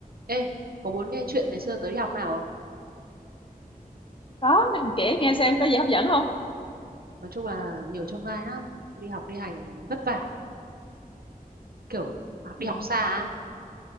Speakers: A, on the right; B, on the left.
A: Ê, có muốn nghe chuyện ngày xưa tớ đi học nào không?
B: Đó, mình kể nghe xem có gì hấp dẫn không?
A: Nói chung là nhiều chông gai lắm, đi học đi hành vất vả, kiểu đi
B: ừ.
A: học xa ấy.